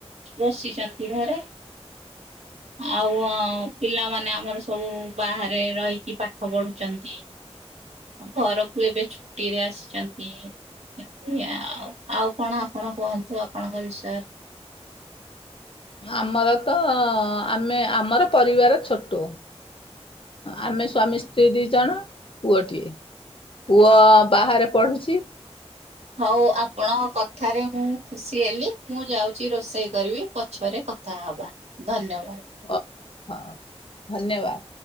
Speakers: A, on the right (about 75°); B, on the left (about 55°).
A: ବସିଛନ୍ତି ଘରେ। ହ <unintelligible> ଆଉ ଆଁ ପିଲାମାନେ ଆମର ସବୁ ବାହାରେ ରହିକି ପାଠ ପଢ଼ୁଚନ୍ତି। ଘରକୁ ଏବେ ଛୁଟିରେ ଆସିକନ୍ତି ଏମତି ଆଉ ଆଉ କଣ କଣ କୁହନ୍ତୁ ଆପଣଙ୍କ ବିଷୟରେ?
B: ଆମର ତ ଆମେ ଆମର ପରିବାର ଛୋଟୁ। ଆମେ ସ୍ୱାମୀ ସ୍ତ୍ରୀ ଦି ଜଣ, ପୁଅଟିଏ। ପୁଅ ବାହାରେ ପଢୁଛି।
A: ହଉ ଆପଣଙ୍କ କ କଥାରେ ମୁଁ ଖୁସି ହେଲି, ମୁଁ ଯାଉଛି ରୋଷେଇ କରିବି ପଛରେ କଥା ହବା ଧନ୍ୟବାଦ।
B: ହ ହଁ ଧନ୍ୟବାଦ।